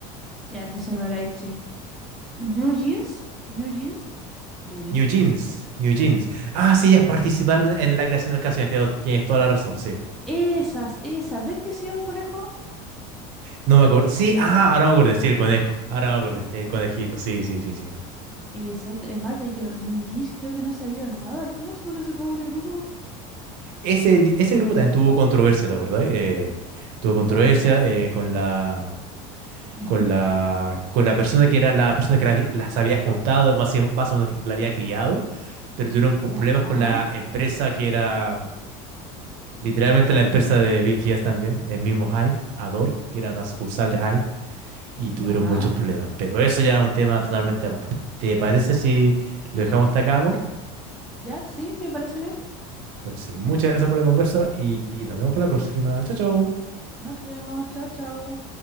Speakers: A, in the centre; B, on the right (about 55°).
A: Ya, entonces no era Itchy. Blue Jeans, New Jeans, Blue Jeans.
B: New Jeans, New Jeans. Ah, sí, ellas participaron en la creación de las canciones, tienes tienes toda la razón, sí.
A: Esas, esas. ¿Ves que sí es un conejo?
B: No me acuerdo. Sí, ah, ahora me acordé, sí, el conejo. Ahora me acordé, el conejito, sí, sí, sí, sí.
A: Exacto. Es más, de Yo- New Jeans creo que no he sabido nada. ¿Qué pasó con ese pobre grupo?
B: Ese, ese grupo también tuvo controversia, ¿te acordás? Eh, tuvo controversia eh, con la,
A: Ujú.
B: con la, con la persona que era la persona que la había- las había juntado, más, o- más o menos que la había criado, pero tuvieron co-
A: Ya,
B: problemas con la empresa que era literalmente la empresa de BTS también, el mismo Hype, Adore, que era una sucursal de Hype, y tuvieron
A: ya,
B: muchos problemas. Pero eso ya es un tema totalmente aparte. ¿Te parece si lo dejamos hasta acá, amor?
A: ya, sí, me parece bien.
B: Entonces, muchas gracias por la conversa y, y nos vemos para la próxima. Chao, chao.
A: Nos vemos. Chao, chao.